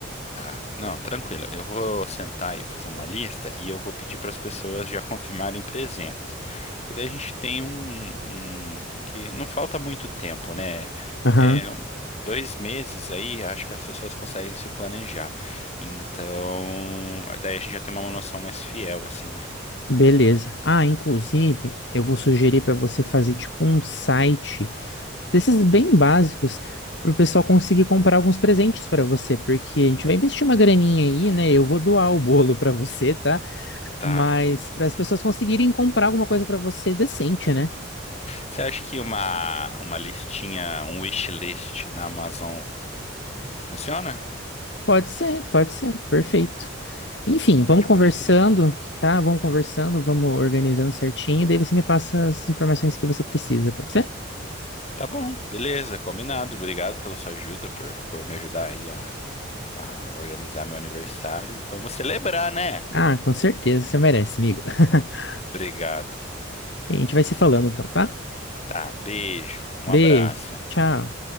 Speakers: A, on the left; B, on the left.
A: Tá, não, tranquilo. Eu vou sentar e fazer uma lista e eu vou pedir para as pessoas já confirmarem presença. Porque daí a gente tem um, um- que não falta muito tempo, né?
B: Aham,
A: É, um- dois meses aí, acho que as pessoas conseguem se planejar. Então, daí a gente já tem uma noção mais fiel, assim, né?
B: beleza. Ah, inclusive, eu vou sugerir para você fazer tipo um site. desses bem básicos para o pessoal conseguir comprar alguns presentes para você, porque a gente vai investir uma graninha aí, né? Eu vou doar o bolo para você, tá?
A: Tá.
B: Mas para as pessoas conseguirem comprar alguma coisa para você decente, né?
A: Você acha que uma, uma listinha, um wishlist na Amazon funciona?
B: Pode ser, pode ser, perfeito. Enfim, vamos
A: É tipo
B: conversando,
A: uma lista de compras.
B: tá? Vamos conversando, vamos organizando certinho, daí você me passa as informações que você precisa, pode ser?
A: Tá bom, beleza, combinado. Obrigado pela sua ajuda, por, por me ajudar aí a, a organizar meu aniversário. E vamos celebrar, né?
B: Ah, com certeza, você merece, amigo. <laughs>
A: Obrigado.
B: A gente vai se falando então, tá?
A: Tá, beijo, um
B: Beijo,
A: abraço.
B: tchau.